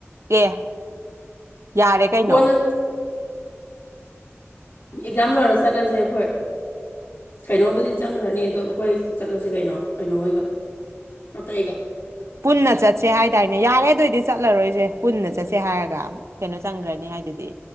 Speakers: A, on the right; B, on the left.
A: ꯑꯦ ꯌꯥꯔꯦ ꯀꯩꯅꯣ
B: ꯀꯣꯟꯅ ꯑꯦꯛꯖꯥꯝ ꯂꯣꯏꯔ ꯆꯠꯂꯁꯦ ꯑꯩꯈꯣꯏ ꯀꯩꯅꯣꯕꯨꯗꯤ ꯆꯪꯒ꯭ꯔꯅꯤ ꯑꯗꯣ ꯑꯩꯈꯣꯏ ꯆꯠꯂꯁꯤ ꯀꯩꯅꯣ ꯀꯩꯅꯣ ꯍꯣꯏꯒ ꯃꯠꯇꯩꯒ
A: ꯄꯨꯟꯅ ꯆꯠꯁꯦ ꯍꯥꯏꯗꯥꯏꯅꯦ ꯌꯥꯔꯦ ꯑꯗꯨꯑꯣꯏꯗꯤ ꯆꯠꯂꯔꯣꯏꯁꯦ ꯄꯨꯟꯅ ꯆꯠꯁꯦ ꯍꯥꯏꯔꯒ ꯀꯩꯅꯣ ꯆꯪꯒ꯭ꯔꯅꯤ ꯍꯥꯏ ꯍꯥꯏꯗꯨꯗꯤ